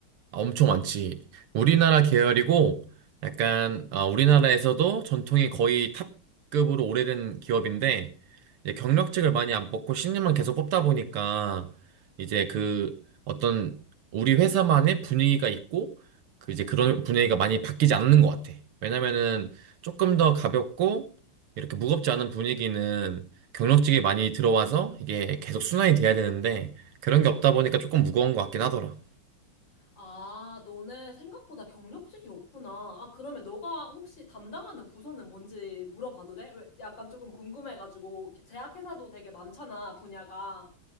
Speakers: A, on the right; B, on the left.
A: 아, 엄청 많지. 우리나라 계열이고, 약간, 어, 우리나라에서도 전통이 거의 탑급으로 오래된 기업인데, 이제 경력직을 많이 안 뽑고 신입만 계속 뽑다 보니까, 이제 그 어떤 우리 회사만의 분위기가 있고, 그 이제 그런 분위기가 많이 바뀌지 않는 것 같아. 왜냐면은 조금 더 가볍고, 이렇게 무겁지 않은 분위기는 경력직이 많이 들어와서 이게 계속 순환이 돼야 되는데, 그런 게 없다 보니까 조금 무거운 것 같긴 하더라.
B: 아, 너네 생각보다 경력직이 없구나. 아, 그러면 너가 혹시 담당하는 부서는 뭔지 물어봐도 돼? 왜 약간 조금 궁금해가지고 제약회사도 되게 많잖아, 분야가.